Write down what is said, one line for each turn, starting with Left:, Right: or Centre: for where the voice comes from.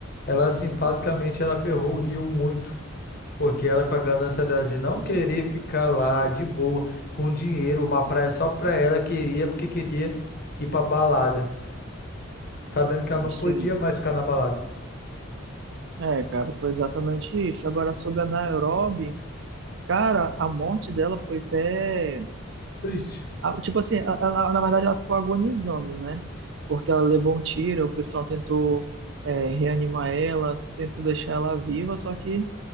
Left: Ela, assim, basicamente ela ferrou o Rio muito. Porque ela, com a ganância dela de não querer ficar lá de boa, com dinheiro, uma praia só pra ela, queria porque queria ir pra balada. Sabendo que ela não podia
Right: Sim,
Left: mais ficar na balada.
Right: é, cara, foi exatamente isso. Agora, sobre a Nairobi, cara, a morte dela foi até.
Left: Triste.
Right: Ah, Tipo assim, a- ela, na verdade ela ficou agonizando, né? Porque ela levou um tiro, o pessoal tentou é, reanimar ela, tentou deixar ela viva, só que